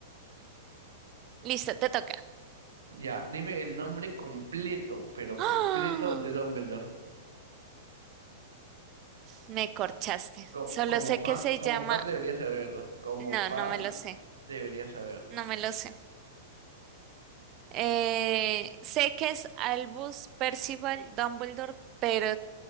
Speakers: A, on the right; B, on the right.
A: Listo, te toca.
B: Ya, dime el nombre completo, pero
A: ¡Ah!
B: completo de Dumbledore.
A: Me corchaste.
B: Co-
A: Solo
B: como
A: sé que
B: fan,
A: se llama.
B: como fan deberías saberlo. Como
A: No,
B: fan
A: no me lo sé.
B: deberías saberlo.
A: No me lo sé. Eh, sé que es Albus Percival Dumbledore, pero